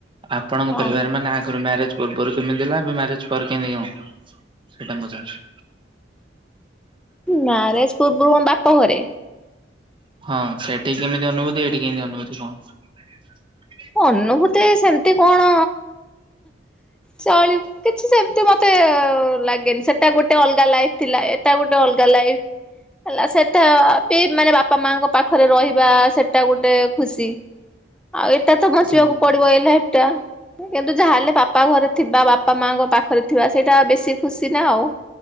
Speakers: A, on the right; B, in the centre.
A: ଆପଣଙ୍କ
B: ହଁ
A: ପରିବାର ମାନେ ଆଗରୁ ମ୍ୟାରେଜ ସ୍ଵର୍ଗରେ କେମିତି ଥିଲା ଏବେ ମ୍ୟାରେଜ ପରେ କେମିତି ହେଇଗଲା ସେଇଟା ପଚାରେ?
B: ମ୍ୟାରେଜ ପୂର୍ବରୁ ମୋ ବାପ ଘରେ।
A: ହଁ ସେଠି କେମିତି ଅନୁଭୂତି, ଏଇଠି କେମତି ଅନୁଭୂତି କଣ?
B: ଅନୁଭୂତି ସେମିତି କଣ ଚଳିବ କିଛି ସେମିତି ମ ତେ ଲାଗେନି ସେଟା ଗୋଟେ ଅଲଗା ଲାଇଫ ଥିଲା, ଏଟା ଗୋଟେ ଅଲଗା ଲାଇଫ। ହେଲା ସେଟା ବି ମାନେ ବାପା ମାଙ୍କ ପାଖରେ ରହିବା, ସେଟା ଗୋଟେ ଖୁସି। ଆଉ ଏଇଟା ତ ବଞ୍ଚିବାକୁ
A: ହୁଁ
B: ପଡିବ ଏଇ ଲାଇଫ୍ ଟା କିନ୍ତୁ ଯାହା ହେଲେ ବାପା ଘରେ ଥିବା ବାପା ମାଆଙ୍କ ପାଖରେ ଥିବା ସେଇଟା ବେଶୀ ଖୁସି ନା ଆଉ